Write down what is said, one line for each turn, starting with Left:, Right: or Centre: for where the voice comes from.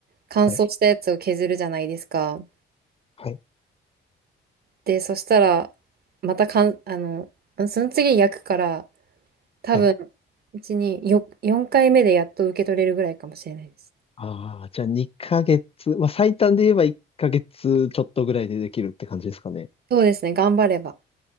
Right: 乾燥したやつを削るじゃないですか。
Left: はい。はい。
Right: で、そしたら、またかん、あの、その次焼くから、多分、
Left: はい。
Right: うちによ4回目でやっと受け取れるぐらいかもしれないです。
Left: ああ、じゃあ2ヶ月、まあ最短で言えば1ヶ月ちょっとぐらいでできるって感じですかね。
Right: そうですね、頑張れば。